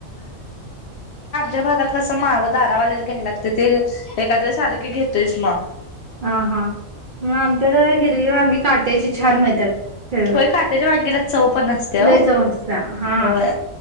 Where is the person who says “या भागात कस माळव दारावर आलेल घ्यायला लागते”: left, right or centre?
Left